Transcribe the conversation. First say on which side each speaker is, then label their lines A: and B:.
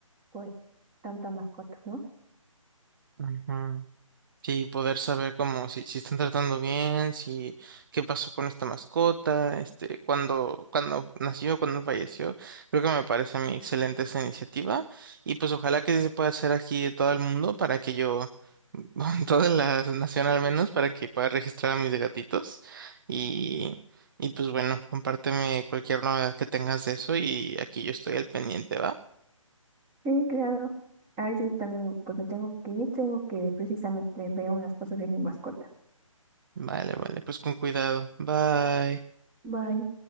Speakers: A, on the right; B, on the right.
A: pues tantas mascotas, ¿no?
B: Ujú. Sí, poder saber cómo, si, si están tratando bien, si qué pasó con esta mascota, este, cuándo, cuándo nació, cuándo falleció. Creo que me parece a mí excelente esa iniciativa. Y pues ojalá que sí se pueda hacer aquí de todo el mundo para que yo, <laughs> toda la nación al menos, para que pueda registrar a mis gatitos. Y, y pues bueno, compárteme cualquier novedad que tengas de eso y aquí yo estoy al pendiente, ¿va?
A: Sí, claro. A veces también pues me tengo que ir, tengo que precisamente ver unas cosas de mi mascota.
B: Vale, vale, pues con cuidado. Bye.
A: Bye.